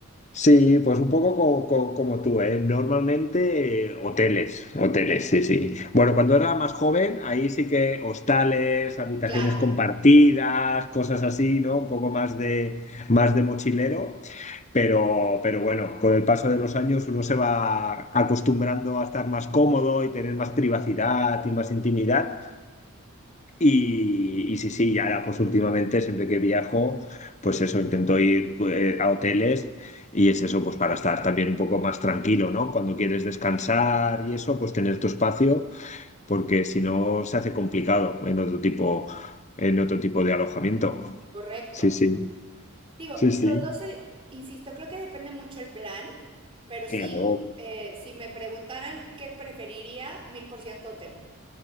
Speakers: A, on the left; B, on the right.
A: Sí, pues un poco co- co- como, tú, ¿eh? Normalmente eh, hoteles, hoteles, sí, sí. Bueno, cuando era más joven, ahí sí que hostales, habitaciones
B: Claro.
A: compartidas, cosas así, ¿no? Un poco más de, más de mochilero. Pero, pero bueno, con el paso de los años uno se va acostumbrando a estar más cómodo y tener más privacidad y más intimidad. Y, y sí, sí, y ahora pues últimamente siempre que viajo, pues eso, intento ir eh, a hoteles y es eso, pues para estar también un poco más tranquilo, ¿no? Cuando quieres descansar y eso, pues tener tu espacio, porque si no se hace complicado en otro tipo, en otro tipo de alojamiento.
B: Correcto.
A: Sí, sí.
B: Digo,
A: Sí, sí.
B: los 12, insisto, creo que depende mucho el plan, pero sí,
A: Claro,
B: eh, si me preguntaran qué preferiría, mil por ciento hotel.